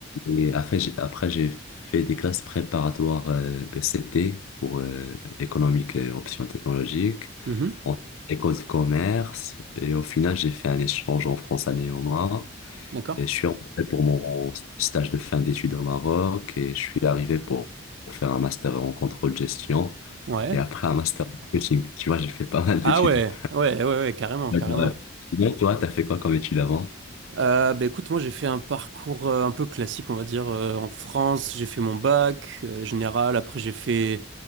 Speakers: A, on the left; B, on the right.
A: Et après, j'ai après, j'ai fait des classes préparatoires euh, ECT pour euh, économique et options technologiques,
B: Mhm.
A: en école de commerce. Et au final, j'ai fait un échange en France à Néoma.
B: D'accord.
A: Et je suis rentré pour mon stage de fin d'études au Maroc et je suis arrivé pour, pour faire un master en contrôle gestion
B: Ouais.
A: et après un master en marketing. Tu vois, j'ai fait pas mal
B: Ah
A: d'études.
B: ouais, ouais, ouais, ouais, carrément,
A: D'accord,
B: carrément.
A: ouais. Sinon, toi, t'as fait quoi comme études avant?
B: Euh, bah écoute, moi j'ai fait un parcours euh, un peu classique, on va dire, euh, en France. J'ai fait mon bac euh, général, après j'ai fait